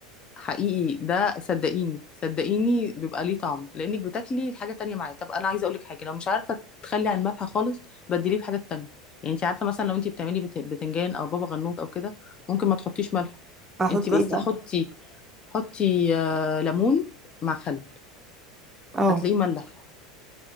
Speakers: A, on the left (about 35°); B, on the right (about 15°).
A: حقيقي ده صدقيني صدقيني بيبقى ليه طعم لانك بتاكلي الحاجه تانية معاه طب انا عايزه اقولك حاجه لو مش عارفه تخلي عن الملح خالص بديليه بحاجه تانية يعني انت عارفه مثلا لو انت بتعملي بت- بتنجان او بابا غنوج او كده ممكن ما تحطيش ملح
B: احط
A: انت بس
B: ايه بقى
A: حطي حطي آه، ليمون مع خل
B: اه
A: هتلاقيه ملح